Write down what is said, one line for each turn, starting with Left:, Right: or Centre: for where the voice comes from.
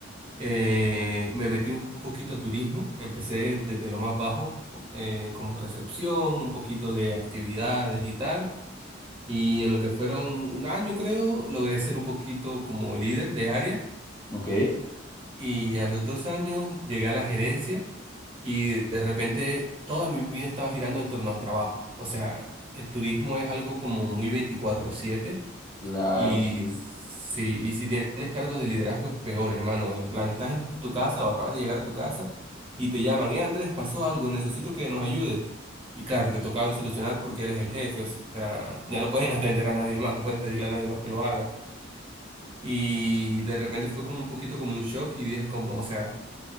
Right: eh, me metí un poquito al turismo. Empecé desde lo más bajo, eh, como recepción, un poquito de actividades y tal. Y en lo que fueron un año, creo, logré ser un poquito como líder de área.
Left: Ok,
Right: Y a los dos años llegué a la gerencia y de repente toda mi vida estaba girando en torno al trabajo. O sea, el turismo es algo como muy 24/7
Left: claro,
Right: Y
Left: sí.
Right: si, y si tienes cargos de liderazgo es peor, hermano. En plan, estás en tu casa o acabas de llegar a tu casa y te llaman, eh, Andrés, pasó algo, necesito que nos ayudes. Y claro, te toca solucionar porque eres el jefe, o sea, ya no pueden <laughs> atender a nadie más, no pueden pedirle a nadie más que lo haga. Y de repente fue como un poquito como un shock y dije como, o sea,